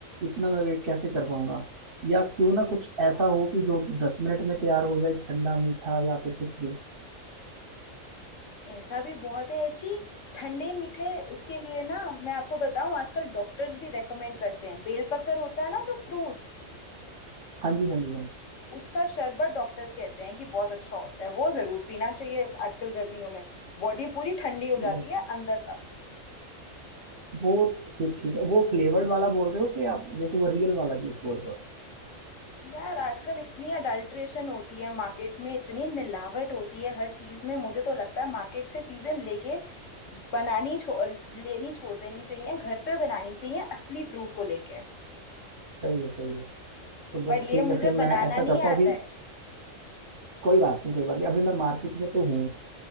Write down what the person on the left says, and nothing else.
ऐसा भी बहुत है ऐसी ठंडे मीठे उसके लिए ना मैं आपको बताऊं आजकल डॉक्टर्स भी रेकमेंड करते हैं बेलपत्र होता है ना जो फ्रूट
उसका शरबत डॉक्टर्स कहते हैं कि बहुत अच्छा होता है वो जरूर पीना चाहिए आजकल गर्मियों में बॉडी पूरी ठंडी हो
जाती
है अंदर तक
यार आजकल इतनी अडल्ट्रेशन होती है मार्केट में इतनी मिलावट होती है हर चीज़ में मुझे तो लगता है मार्केट से चीज़ें लेके बनानी छो लेनी छोड़ देनी चाहिए घर पे बनानी चाहिए असली फ्रूट को लेके
पर
ये
मुझे
बनाना
नहीं
आता
है